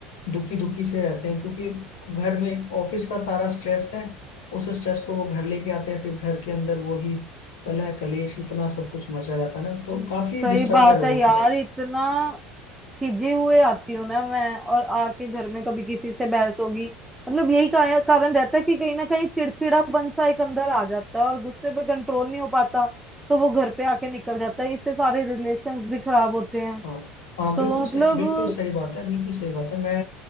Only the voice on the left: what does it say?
दुखी दुखी से रहते हैं क्योंकि घर में ऑफिस का सारा स्ट्रेस है उस स्ट्रेस को वो घर लेके आते हैं फिर घर के अंदर वो ही कलह कलेश इतना सब कुछ मचा रहता है ना तो काफी
डिस्टर्ब
है लोगों
की लाइफ
हाँ हाँ
बिल्कुल सही
बिल्कुल सही बात है बिल्कुल सही बात है मैं